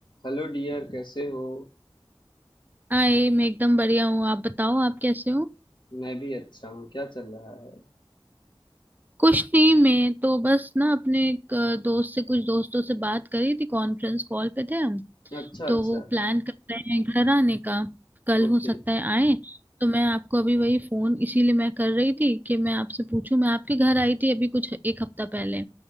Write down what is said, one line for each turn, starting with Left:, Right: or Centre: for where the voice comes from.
Left: हेलो डियर कैसे हो
Right: हाय मैं एकदम बढ़िया हूँ आप बताओ आप कैसे हो
Left: मैं भी अच्छा हूँ क्या चल रहा है
Right: कुछ नहीं मैं तो बस ना अपने एक अ, दोस्त से कुछ दोस्तों से बात करी थी कॉन्फ्रेंस कॉल पे थे हम
Left: अच्छा अच्छा
Right: तो वो प्लान कर रहे हैं घर आने का कल
Left: ओके
Right: हो सकता है आए तो मैं आपको अभी वही फोन इसीलिए मैं कर रही थी कि मैं आपसे पूछूं मैं आपके घर आई थी अभी कुछ एक हफ्ता पहले